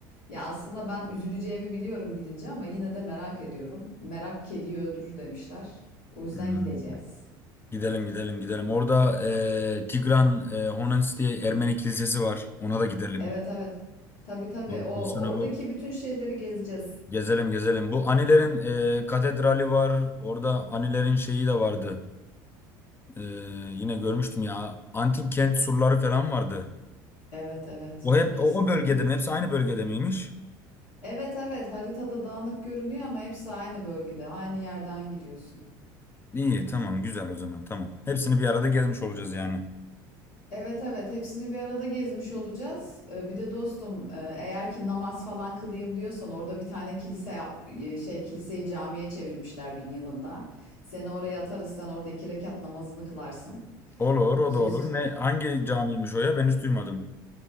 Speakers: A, on the left (about 80°); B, on the left (about 20°).
A: Ya aslında ben üzüleceğimi biliyorum gidince ama yine de merak ediyorum. Merak kediyi öldürür demişler. O yüzden
B: Hmm.
A: gideceğiz.
B: Gidelim gidelim gidelim. Orada e, Tigran e, Honens diye Ermeni kilisesi var. Ona da gidelim.
A: Evet evet. Tabii tabii.
B: Ondan
A: O
B: sonra
A: oradaki
B: bu
A: bütün şeyleri gezeceğiz.
B: Gezelim gezelim. Bu Anilerin e, katedrali var. Orada Anilerin şeyi de vardı. E, yine görmüştüm ya. Antik kent surları falan vardı.
A: Evet evet.
B: O hep
A: Kesinlikle.
B: o, o bölgede mi? Hepsi aynı bölgede miymiş?
A: Evet evet haritada dağınık görünüyor ama hepsi aynı bölgede, aynı yerden giriyorsun.
B: İyi tamam güzel o zaman tamam. Hepsini bir arada gezmiş olacağız yani.
A: Evet evet hepsini bir arada gezmiş olacağız. Ee, bir de dostum e, eğer ki namaz falan kılayım diyorsan orada bir tane kilise yap e, şey kiliseyi camiye çevirmişler bin yılında. Seni oraya atarız sen orada iki rekat namazını kılarsın.
B: Olur o
A: Biz
B: da olur.
A: o sır...
B: Ne hangi camiymiş o ya? Ben hiç duymadım.